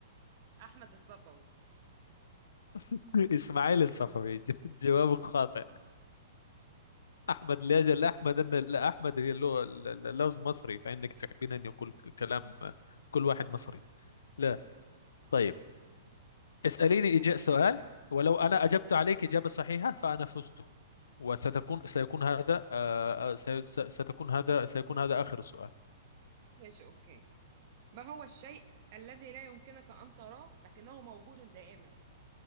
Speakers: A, on the right; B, on the left.
A: أحمد الصفوي
B: <laughs> اسماعيل الصفوي ج- جوابك خاطئ احمد لاجل احمد ان لا احمد اللي هو ال- ال- اللوز مصري فانك تحبين ان يقول ك- كلام كل واحد مصري لا طيب اساليني
A: انا
B: إجاء
A: هسأل
B: سؤال ولو انا اجبت عليك اجابه صحيحه فانا فزت وستكون سيكون هذا آه، آه، سي- س- ستكون هذا سيكون هذا اخر سؤال
A: ماشي أوكي ما هو الشيء الذي لا يمكنك أن تراه لكنه موجود دائما